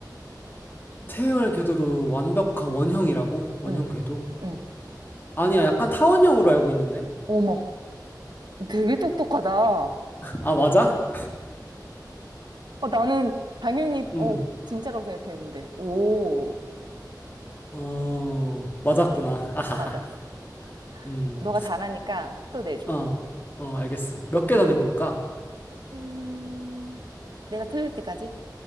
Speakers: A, on the left (about 25°); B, on the right (about 80°).
A: 태양을 궤도로 완벽한 원형이라고? 원형
B: 응,
A: 궤도?
B: 응.
A: 아니야, 약간 타원형으로 알고 있는데?
B: 어머, 되게 똑똑하다.
A: 아, 맞아?
B: 어, 나는 당연히,
A: 음,
B: 어, 진짜라고 생각했는데. 오,
A: 어, 맞았구나. <laughs> 하하하.
B: 맞았어.
A: 음,
B: 너가 잘하니까 또 내줘.
A: 어, 어, 알겠어. 몇 개 더 내볼까?
B: 음, 내가 틀릴 때까지?